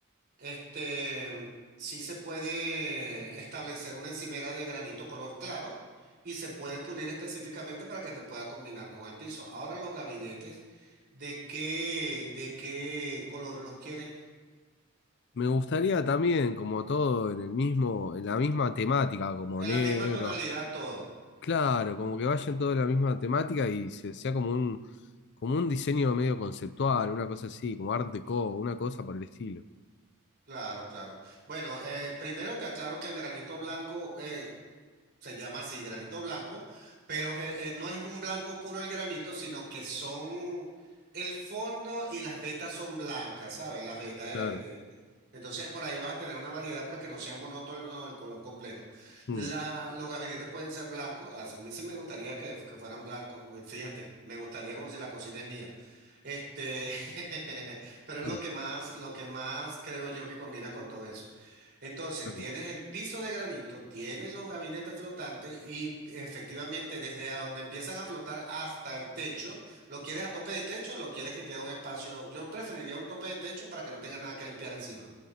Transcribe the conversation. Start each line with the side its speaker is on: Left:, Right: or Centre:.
Right: Este, sí se puede establecer una encimera de granito color claro y se puede pulir específicamente para que te pueda combinar con el piso. Ahora los gabinetes, ¿de qué, de qué color los quieres?
Left: Me gustaría también, como todo, en el mismo, en la misma temática, como
Right: En
Left: negro.
Right: la misma tonalidad todo.
Left: Claro, como que vayan todos en la misma temática y se- sea como un, como un diseño medio conceptual, una cosa así, como art déco, una cosa por el estilo.
Right: Claro, claro. Bueno, eh, primero te aclaro que el granito blanco eh, se llama así, granito blanco, pero je- eh, no es un blanco puro el granito, sino que son el fondo y las vetas son blancas, ¿sabes? Las vetas de,
Left: Claro.
Right: de- Entonces por ahí vas a tener una variedad para que no sea monótono el color completo.
Left: Mm,
Right: La, los gabinetes pueden ser blancos, a mí sí me gustaría que, que fueran blancos, fíjate, me gustaría como si la cocina es mía. Este, <laughs> pero es
Left: mm,
Right: lo que más, lo que más creo yo que combina con todo eso. Entonces,
Left: claro.
Right: tienes el piso de granito, tienes los gabinetes flotantes y efectivamente desde a donde empiezan a flotar hasta el techo, ¿lo quieres a tope de techo o lo quieres que quede un espacio? Yo preferiría un tope de techo para que no tenga nada que limpiar encima.